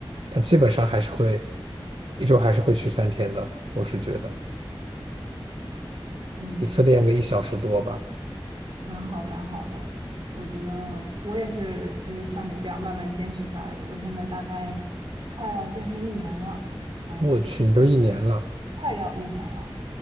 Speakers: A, on the right; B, on the right.
A: 但基本上还是会一周还是会去三天的，我是觉得。
B: 嗯，
A: 一次练个一小时多吧。
B: 蛮好蛮好的。我觉得我也是，就是像你这样慢慢坚持下来的。我现在大概快要健身一年了，嗯，
A: 我去，你都一年了。
B: 快要一年了，